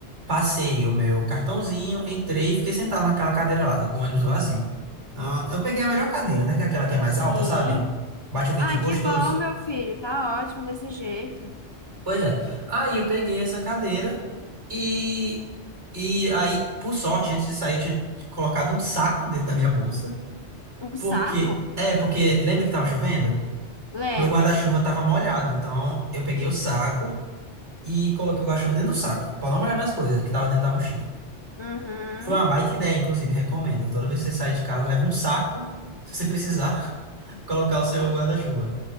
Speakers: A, on the right (about 75°); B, on the left (about 35°).
A: passei o meu cartãozinho, entrei e fiquei sentado naquela cadeira lá, o ônibus vazio. Ah, eu peguei a melhor cadeira, né? Que é aquela que é mais
B: sim.
A: alta, sabe? Bate o ventinho
B: Ai,
A: gostoso.
B: que bom, meu filho. Tá ótimo desse jeito.
A: Pois é. Aí eu peguei essa cadeira e. E aí, por sorte, antes de sair, eu tinha colocado um saco dentro da minha bolsa.
B: Um saco?
A: Porque, é, porque lembra que tava chovendo?
B: Lembro.
A: Meu guarda-chuva tava molhado, então eu peguei o saco e coloquei o guarda-chuva dentro do saco, pra não molhar minhas coisas que tava dentro da mochila.
B: Uhum,
A: Foi uma baita ideia, inclusive, recomendo. Toda vez que você sair de casa, leva um saco, se você precisar, <laughs> colocar o seu guarda-chuva.